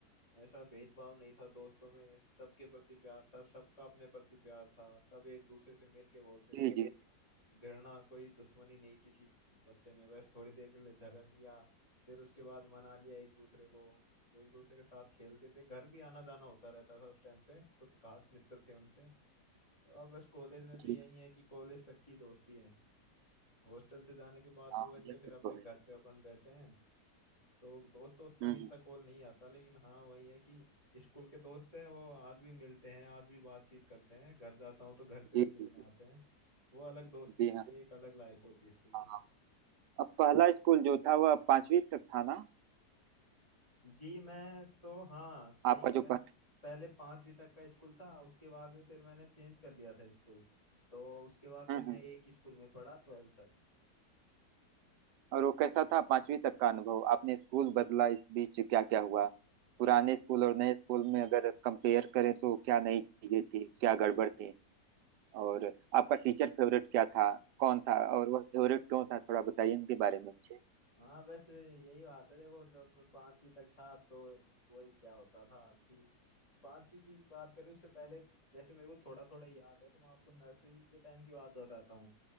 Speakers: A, on the left; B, on the right.
A: ऐसा भेदभाव नहीं था दोस्तों में सबके प्रति प्यार था सबका अपने प्रति प्यार था सब एक दूसरे से मिल के बोलते
B: जी
A: थे कोई
B: जी
A: घृणा कोई दुश्मनी नहीं किसी बच्चे में बस थोड़ी देर के लिए झगड़ लिया फिर उसके बाद मना लिया एक दूसरे को एक दूसरे के साथ खेलते थे घर भी आना जाना होता रहता था उस टाइम पे कुछ खास मित्र थे उनसे अब बस कॉलेज में तो
B: जी
A: यही है कि कॉलेज तक की दोस्ती है हॉस्टल से जाने के बाद
B: हाँ
A: तो वही है
B: यह
A: फिर
B: सब
A: अपने
B: तो
A: घर
B: है
A: पे अपन रहते हैं तो दोस्त दोस्त का
B: हम्म
A: भी
B: हम्म,
A: इतना कॉल नहीं आता लेकिन हाँ वही है कि स्कूल के दोस्त हैं वो आज भी मिलते हैं आज भी बातचीत करते हैं घर जाता हूँ तो घर पे
B: जी
A: भी मिलने
B: जी जी
A: आते हैं वो अलग दोस्ती
B: जी
A: रहती
B: हाँ
A: है एक अलग लाइफ होती है स्कूल
B: हाँ
A: की
B: हाँ। अब पहला स्कूल जो था वह पांचवी तक था ना
A: जी मैं तो हाँ
B: आपका
A: सही कह
B: जो
A: रहे हैं
B: पहला
A: आप पहले पांचवी तक का स्कूल था उसके बाद में फिर मैंने चेंज कर लिया था स्कूल तो उसके बाद
B: हम्म
A: फिर मैं
B: हम्म
A: एक ही स्कूल में पढ़ा ट्वेल्थ तक
B: और वो कैसा था पांचवी तक का अनुभव आपने स्कूल बदला इस बीच क्या क्या हुआ पुराने स्कूल और नए स्कूल में अगर कंपेयर करें तो क्या नई चीजें थी क्या गड़बड़ थी और आपका टीचर फेवरेट क्या था कौन था और वह फेवरेट क्यों था थोड़ा बताइए इनके बारे में मुझे
A: हाँ बस यही बात है देखो जब मैं पांचवी तक था तो वही क्या होता था कि पांचवी की बात करें उससे पहले जैसे मेरे को थोड़ा थोड़ा याद है तो मैं आपको नर्सरी के टाइम की बात बताता हूँ